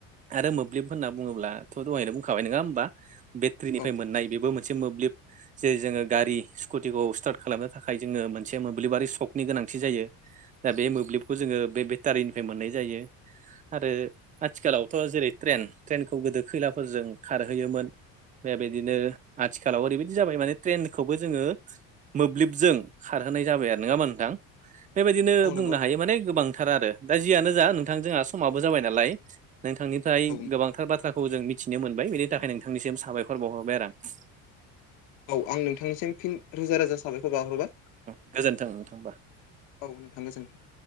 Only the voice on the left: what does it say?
औ
औ
नंगौ
औ
औ आं नोंथांनिसिम फिन रोजा रोजा साबायखर बावहरबाय
औ नोंथां गोजोन थों